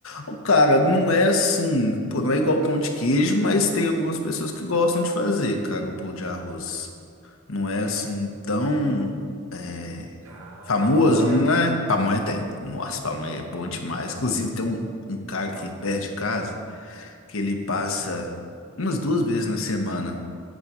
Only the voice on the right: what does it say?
Ah,
pamonha.
Pam...